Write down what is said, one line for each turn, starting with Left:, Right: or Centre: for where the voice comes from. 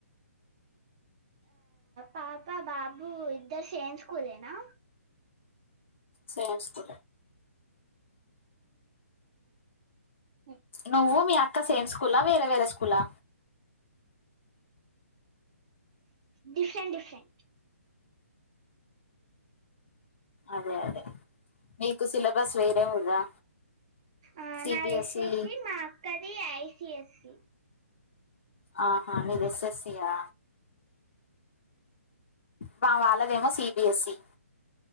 Right: పాప బాబు ఇద్దరు సేమ్ స్కూలేనా
Left: సేస్తు
Right: ఉ
Left: నువ్వు మీ అక్క సేమ్ స్కూలా వేరే వేరే స్కూలా
Right: దూషం దూషం
Left: అదే అదే మీకు సిలబస్ వేరే ఉందా
Right: ఆ
Left: సిబిఎస్ఈ
Right: నా ఎస్ఎస్సి మా అక్కది ఐసిఎస్సి
Left: ఆహా మీది ఎశసయా మా వాళ్ళదేమో సి బి ఎస్ ఈ